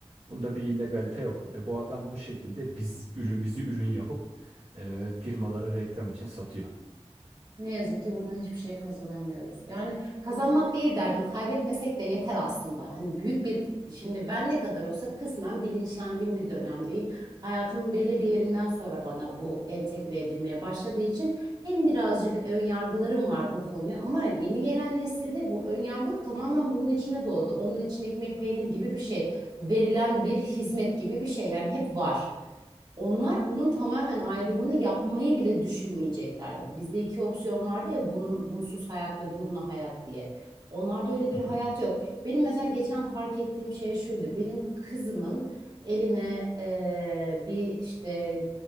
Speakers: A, on the right; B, on the right.
A: Bunda bir illegalite yok ve bu adam bu şekilde biz ürün bizi ürün yapıp e, firmalara reklam için satıyor.
B: Ne yazık ki buradan hiçbir şey kazanamıyoruz. Yani kazanmak değil derdim, kaybetmesek de yeter aslında. Hani büyük bir, şimdi ben ne kadar olsa kısmen bilinçlendiğim bir dönemdeyim. Hayatımın belli bir yerinden sonra bana bu entegre edilmeye başladığı için hem birazcık ön yargılarım var bu konuya ama yeni gelen nesilde bu ön yargı yok. tamamen bunun içine doğdu. Onun için ekmek peynir gibi bir şey, verilen bir hizmet gibi bir şey yani hep var. Onlar bunun tamamen ayrımını yapmayı bile düşünmeyeceklerdir. Bizde iki opsiyon vardı ya bunun bunsuz hayat ve bununla hayat diye. Onlarda öyle
A: Hı
B: bir
A: hı.
B: hayat yok. Benim mesela geçen fark ettiğim şey şuydu. Benim kızımın eline eee, bir işte